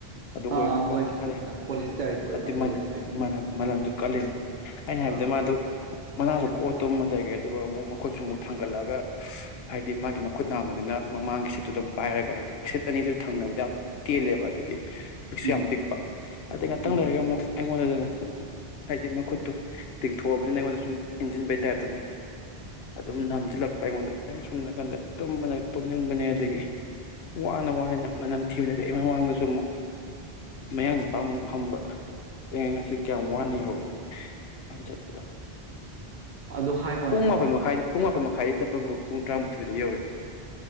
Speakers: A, on the left; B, on the right.
A: ꯑꯗꯨ ꯑꯣꯏꯕꯀꯣ
B: ꯑꯥ ꯑꯥ ꯍꯣꯏ ꯀꯩꯅꯣ
A: ꯑꯗꯩ
B: ꯄꯣꯂꯤꯁꯇꯔꯒꯤ ꯑꯣꯏꯕ
A: ꯑꯗꯨ ꯃꯅ
B: ꯄꯣꯂꯤꯁꯇꯔꯒꯤ
A: ꯃꯅꯝ ꯃꯅꯝꯗꯨ
B: ꯑꯥ ꯑꯥ
A: ꯀꯜꯂꯦꯅ ꯑꯩꯅ ꯍꯥꯏꯕꯗ
B: ꯑꯥ
A: ꯃꯥꯗꯨ ꯃꯅꯥꯁꯨ ꯀꯣꯠꯇꯨ ꯑꯃ ꯂꯩꯔ꯭ꯔꯦ ꯑꯗꯨꯒ ꯑꯃꯨꯛ ꯃꯈꯨꯠꯁꯨ ꯑꯃꯨꯛ ꯊꯥꯡꯒꯠꯂꯛꯒ ꯍꯥꯏꯗꯤ ꯃꯥꯒꯤ ꯃꯈꯨꯠ ꯅꯥꯕꯗꯨꯅ ꯃꯃꯥꯡꯒꯤ ꯁꯤꯠꯇꯨ ꯑꯗꯨꯝ ꯄꯥꯏꯔꯒ ꯍꯥꯏꯗꯤ ꯁꯤꯠ ꯑꯅꯤꯁꯨ ꯊꯪꯅꯕꯗ ꯌꯥꯝ ꯇꯦꯜꯂꯦꯕ ꯑꯗꯒꯤ ꯍꯧꯛꯁꯨ
B: ꯎꯝ
A: ꯌꯥꯝ ꯄꯤꯛꯄ ꯑꯗꯩ ꯉꯥꯛꯇꯪ
B: ꯎꯝ
A: ꯂꯩꯔꯒ ꯑꯃꯨꯛ ꯑꯩꯉꯣꯟꯗꯗ ꯁꯨꯝ ꯍꯥꯏꯗꯤ ꯃꯈꯨꯠꯇꯣ ꯇꯤꯡꯊꯣꯛꯑꯕꯅꯤꯅ ꯑꯩꯉꯣꯟꯗ ꯁꯨꯝ ꯏꯟꯁꯤꯟꯕꯩ ꯇꯥꯏꯞꯇꯅꯦ ꯑꯗꯨꯝ ꯅꯝꯁꯤꯜꯂꯛꯄ ꯑꯩꯉꯣꯟꯗ ꯑꯩꯅ ꯁꯨꯝꯝ ꯅꯥꯀꯟꯗ ꯇꯨꯝꯕꯅ ꯇꯨꯝꯅꯤꯡꯕꯅꯦ ꯑꯗꯒꯤ ꯋꯥꯅ ꯋꯥꯅ ꯅꯝꯅ ꯅꯝꯊꯤꯕꯅꯤ ꯑꯗꯨꯩ ꯑꯩ ꯃꯃꯥꯡꯗꯁꯨ ꯑꯃꯨꯛ ꯃꯌꯥꯡ ꯅꯨꯄꯥ ꯑꯃꯨꯛ ꯐꯝꯕ ꯑꯩ ꯉꯁꯤ ꯀꯌꯥꯝ ꯋꯥꯅꯤꯍꯧꯋꯤ
B: ꯎꯝ
A: ꯆꯠꯄꯗꯣ
B: ꯑꯗꯨ ꯍꯥꯏꯕꯅꯤꯀꯣ
A: ꯄꯨꯡ ꯃꯥꯣꯏ ꯃꯈꯥꯏꯗꯤ ꯄꯨꯡ ꯃꯥꯣꯏ ꯃꯈꯥꯏ ꯉꯥꯏ ꯆꯠꯄꯒꯨꯝꯕ ꯄꯨꯡ ꯇꯔꯥꯃꯥꯊꯣꯏꯗ ꯌꯧꯔꯝꯃꯤ